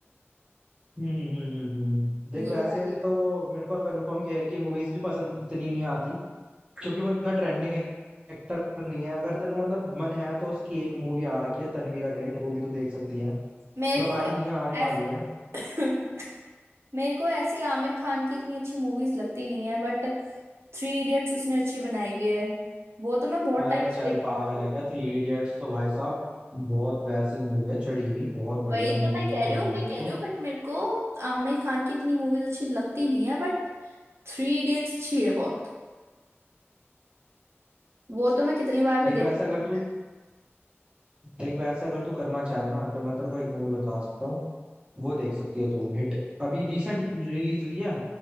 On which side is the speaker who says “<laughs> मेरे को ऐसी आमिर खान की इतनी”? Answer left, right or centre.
Right